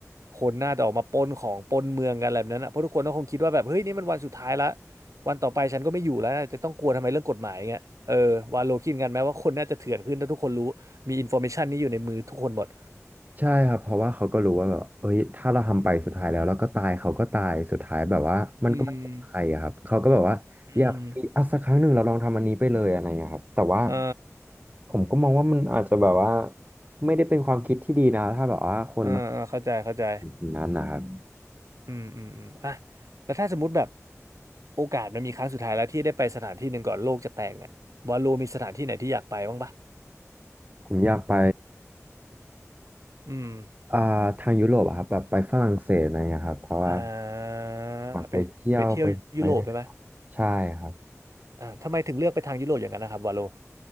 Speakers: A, on the right (about 80°); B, on the right (about 30°).
A: คนน่าจะออกมาปล้นของปล้นเมืองกันอะไรแบบนั้นอะเพราะทุกคนก็คงคิดว่าแบบเฮ้ยนี่มันวันสุดท้ายละวันต่อไปฉันก็ไม่อยู่แล้วจะต้องกลัวทำไมเรื่องกฎหมายเงี้ยเออวาโลคิดกันไหมว่าคนน่าจะเถื่อนขึ้นถ้าทุกคนรู้มีอินโฟเมชันนี้อยู่ในมือทุกคนหมด
B: ใช่ครับเพราะว่าเขาก็รู้ว่าแบบเอ้ยถ้าเราทำไปสุดท้ายแล้วแล้วก็ตายเขาก็ตายสุดท้ายแบบว่ามันก็ไม่เป็นใครอะครับเขาก็แบบว่าอยากอ่ะสักครั้งหนึ่งเราลองทำอันนี้ไปเลยอะไรอย่างเงี้ยครับแต่ว่า
A: อืมอืมเออ
B: ผมก็มองว่ามันอาจจะแบบว่าไม่ได้เป็นความคิดที่ดีนะถ้าแบบว่าคนเรา
A: เออเออเข้าใจเข้าใจ
B: สิ่งนั้นนะครับ
A: อืมอืมอืมอ่ะแล้วถ้าสมมติแบบโอกาสมันมีครั้งสุดท้ายแล้วที่ได้ไปสถานที่หนึ่งก่อนโลกจะแตกเนี่ยบอลลูมีสถานที่ไหนที่อยากไปบ้างปะ
B: ผมอยากไป
A: อืม
B: อ่าทางยุโรปอะครับแบบไปฝรั่งเศสอะไรอย่างเงี้ยครับเพราะว่า
A: อ่า
B: อยากไปเที่ยวไปไป
A: ไปไปเที่ยวยุโรปไปไหม
B: ใช่ครับ
A: อ่าทำไมถึงเลือกไปทางยุโรปอย่างนั้นนะครับวาโล